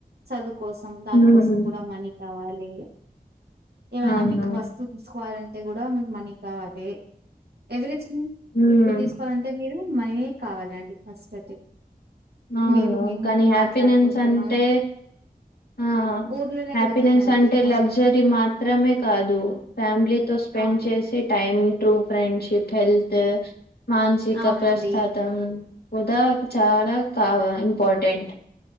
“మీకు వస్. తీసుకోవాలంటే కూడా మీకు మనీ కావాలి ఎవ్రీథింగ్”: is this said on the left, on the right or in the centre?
Right